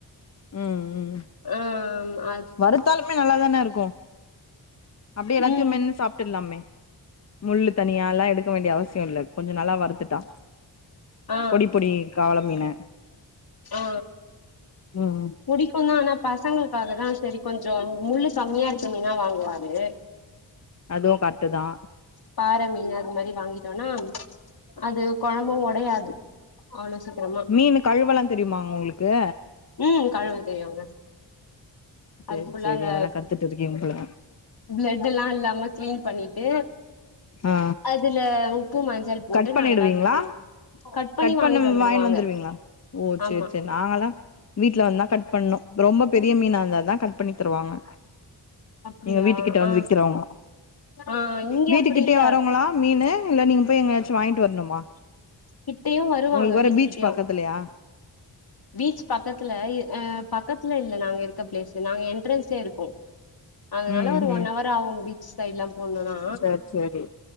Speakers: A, on the left; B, on the left.
A: ம் ம்
B: ஆமா
A: வறுத்தாலுமே நல்லாதான இருக்கு அப்டியே எல்லாத்தயு
B: ம்
A: மென்னு சாப்ட்டுர்லாமே முள்ளு தனியால்லா எடுக்க வேண்டிய அவசியோ இல்ல கொஞ்சோ நல்லா வறுத்துட்டா
B: ஆ
A: பொடி பொடி கவல மீன
B: ஓ
A: ம்
B: புடிக்குந்தா ஆனா பசங்களுக்காகதா சேரி கொஞ்சோ முள்ளு கம்மியா இருக்க மீனா வாங்குவாரு
A: அதுவு கரட்டுதா
B: பாற மீன் அது மாரி வாங்கிட்டோன்னா அது கொழம்பு ஒடையாது அவ்ளோ சீக்கிரமா
A: மீன் கழுவெல்லா தெரியுமாங்க ஒங்களுக்கு
B: ம் கழுவ தெரியுங்க
A: சேரி
B: அது ஃபுல்லா
A: சேரி
B: அந்த
A: அதெல்லா கத்துட்டு இருக்கீங்க போல
B: பிளட்டுல்லா இல்லாம கிளீன் பண்ணிட்டு
A: ஆ
B: அ துல உப்பு மஞ்சள் போட்டு
A: கட் பண்ணிடுவீங்களா
B: நல்லா இது பண்ணி பண்ணி
A: கட் பண்ண
B: வாங்கிட்டு வந்துருவாங்க
A: வாங்கின்னு வந்துருவீங்களா ஓ
B: ஆமா
A: சேர் சேரி நாங்கல்லா வீட்ல வந்துதா கட் பண்ணனு ரொம்ப பெரிய
B: ம்
A: மீனா இருந்தாதா கட் பண்ணி தருவாங்க
B: அப்டியா
A: எங்க வீட்டுகிட்ட வந்து
B: ஆ
A: வி்க்றவங்களா
B: ஆ இங்க
A: வீட்டுக்கிட்டயே
B: அப்டி இல்ல
A: வருங்களா மீனு இல்ல நீங்க போய் எங்கயாச்சு வாங்கிட்டு வரணுமா
B: கிட்டயு வருவாங்க
A: ஒங்களுக்கு வேற
B: வீட்டுக்கிட்டயு
A: பீச் பக்கத்துலயா
B: பீச் பக்கத்துல இ அ பக்கத்துல இல்ல நாங்க இருக்க பிளேஸ் நாங்க என்ட்ரன்ஸ்லயே இருக்கோ அதுனால
A: ம்
B: ஒரு
A: ம்
B: ஒன் அவர் ஆகு பீச் சைடு்லா போணுன்னா
A: சேரி சேரி